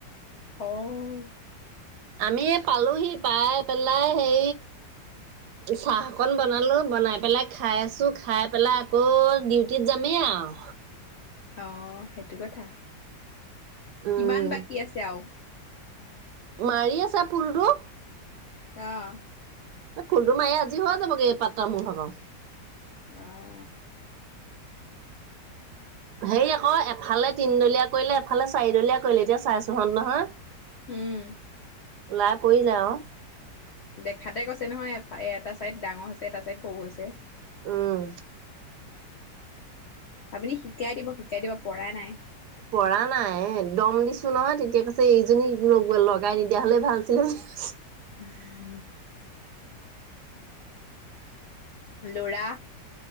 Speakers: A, on the left; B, on the right.
A: অহ।
B: আমি পালোহি। পাই পেলাই হে চাহ অকন বনালো, বনাই পেলাই খাই আছোঁ। খাই পেলাই আকৌ ডিউটিত যামেই আৰু।
A: অ, সেইটো কথা।
B: উম
A: কিমান বাকী আছে আৰু?
B: মাৰি আছা ফুলটো?
A: আহ।
B: ফুলটো মাৰি আজৰি হ' যাবগে এই পাত্তা মো ভাগ।
A: অঁ
B: হেই আকৌ। এফালে তিনদলীয়া কৰিলে, এফালে চাৰিডলীয়া কৰিলে। এতিয়া চাইছোঁহত নহয়।
A: হম।
B: ওলাই পৰিলে আৰু।
A: দেখাতে কৈছে নহয় এফা- এটা চাইদ ডাঙৰ হৈছে এটা চাইদ সৰু হৈছে।
B: উম্।
A: আপুনি শিকাই দিব, শিকাই দিব পৰাই নাই।
B: পৰা নাই, এ। দম দিছো নহয় তেতিয়া কৈছে এইজনী লগাই নিদিয়া হলে ভাল‌ আছিলে বুলি কৈছে।
A: আ ল'ৰা,